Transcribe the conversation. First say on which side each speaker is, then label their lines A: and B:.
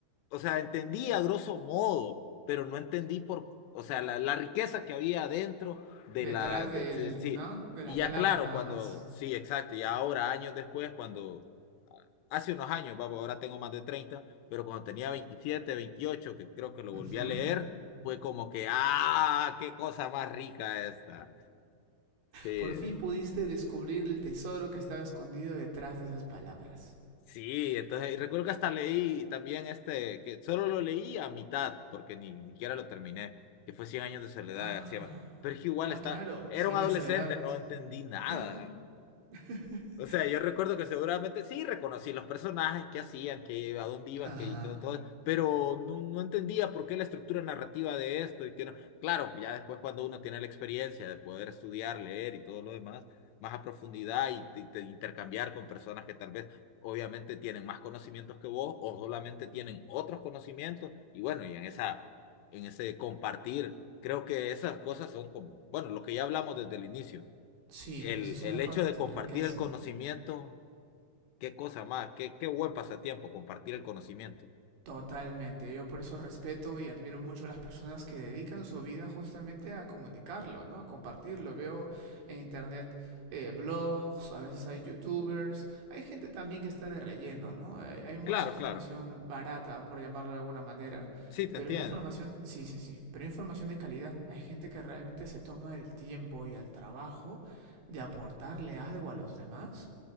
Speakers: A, on the left; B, on the right.
A: o sea, entendí a grosso modo, pero no entendí por, o sea, la, la riqueza que había dentro de
B: Detrás
A: la, de-
B: del,
A: sí, sí.
B: ¿no? De
A: Y
B: las
A: ya
B: palabras
A: claro,
B: nada
A: cuando,
B: más.
A: sí, exacto, ya ahora, años después, cuando hace unos años, papo, ahora tengo más de 30 pero cuando tenía 27 28 que creo que lo
B: Ujú.
A: volví a leer, fue como que, ah, qué cosa más rica esta. Sí,
B: Por fin pudiste descubrir el tesoro que estaba escondido detrás de esas palabras.
A: sí, entonces y recuerdo que hasta leí también este, que solo lo leí a mitad, porque ni ni siquiera lo terminé, que fue cien años de soledad
B: Ah,
A: de García Márquez. Pero es que igual
B: ah
A: está,
B: claro,
A: era
B: cien
A: un adolescente,
B: años de soledad.
A: no entendí nada.
B: <clears throat> <coughs>
A: O sea, yo recuerdo que seguramente sí reconocí los personajes, qué hacían, que a dónde iban,
B: Ajá.
A: que y todo, todo, pero no, no entendía por qué la estructura narrativa de esto y que no. Claro, pues ya después cuando uno tiene la experiencia de poder estudiar, leer y todo lo demás, más a profundidad y, te- te intercambiar con personas que tal vez obviamente tienen más conocimientos que vos o solamente tienen otros conocimientos y bueno, y en esa, en ese compartir, creo que esas cosas son como, bueno, lo que ya hablamos desde el inicio
B: Sí,
A: el,
B: esas son
A: el
B: las
A: hecho
B: cosas que
A: de
B: te
A: compartir
B: enriquecen.
A: el conocimiento, qué cosa más, qué, qué buen pasatiempo compartir el conocimiento.
B: Totalmente, yo por eso respeto y admiro mucho a las personas que dedican su vida justamente a comunicarlo, ¿no? A compartirlo. Veo en internet eh, blogs, a veces hay youtubers, hay gente también que está de relleno, ¿no? Hay, hay mucha
A: Claro,
B: información
A: claro.
B: barata, por llamarlo de alguna manera,
A: Sí, te
B: pero
A: entiendo.
B: hay información, sí, sí, sí, pero hay información de calidad. Hay gente que realmente se toma el tiempo y el trabajo de aportarle algo a los demás